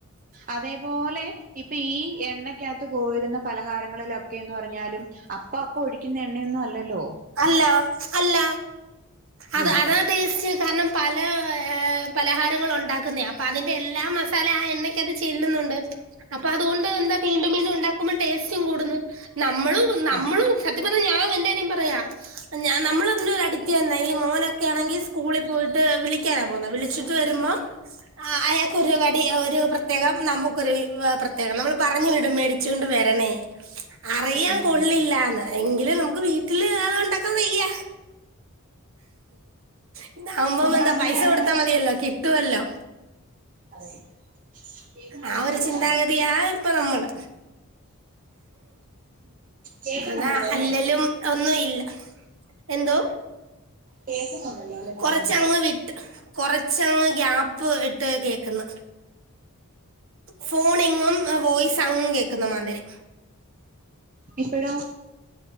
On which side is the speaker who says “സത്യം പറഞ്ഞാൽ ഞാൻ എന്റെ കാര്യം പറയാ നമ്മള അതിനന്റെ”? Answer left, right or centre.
Right